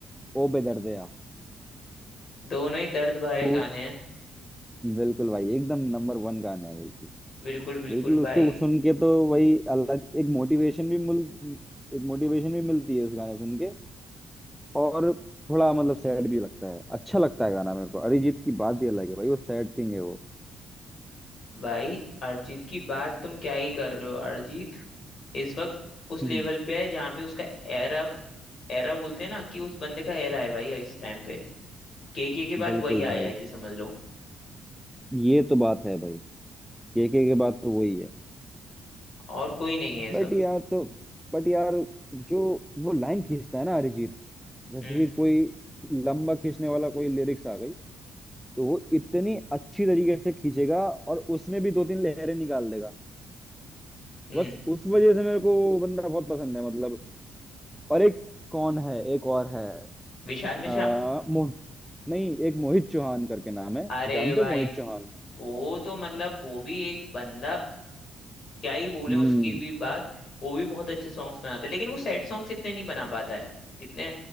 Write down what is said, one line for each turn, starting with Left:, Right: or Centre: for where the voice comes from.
Centre: ओ बेदर्दया
Left: दोनों ही दर्द भरे
Centre: तो
Left: गाने हैं
Centre: बिल्कुल भाई एकदम नंबर वन गाने हैं भाई।
Left: बिल्कुल बिल्कुल
Centre: बिल्कुल
Left: भाई
Centre: उसको सुन के तो वही अलग एक मोटिवेशन भी मिल एक मोटिवेशन भी मिलती है उस गाने सुन के और थोड़ा मतलब सैड भी लगता है अच्छा लगता है गाना मेरे को अरिजीत की बात ही अलग है भाई वो सैड किंग है वो
Left: भाई अरिजीत की बात तुम क्या ही कर रहे हो अरिजीत इस वक्त उस
Centre: हम्म,
Left: लेवल पे है जहाँ पे उसका एरा एरा बोलते हैं ना कि उस बंदे का एरा है भाई इस टाइम पे केके के बाद
Centre: बिल्कुल
Left: वही
Centre: भाई
Left: आया है जी समझ लो
Centre: ये तो बात है भाई के के के बात तो वही है
Left: और कोई नहीं है इस
Centre: बट
Left: वक्त
Centre: यार तो बट यार जो वो लाइन खींचता है ना अरिजीत जैसे
Left: हम्म
Centre: कि कोई लंबा खींचने वाला कोई लिरिक्स आ गई तो वो इतनी अच्छी तरीके से खींचेगा और उसमें भी दो तीन लहरें निकाल देगा
Left: हम्म
Centre: बस उस वजह से मेरे को वो बंदा बहुत पसंद है मतलब और एक कौन है एक और है
Left: विशाल मिश्रा
Centre: आ, मोह नहीं एक मोहित चौहान करके नाम है
Left: अरे
Centre: जानते
Left: भाई
Centre: हो मोहित चौहान
Left: वो तो मतलब वो भी एक बंदा क्या ही बोले
Centre: हम्म
Left: उसकी भी बात वो भी बहुत अच्छे सॉन्ग्स बनाते हैं लेकिन वो सैड सॉन्ग्स इतने नहीं बना पाता है जितने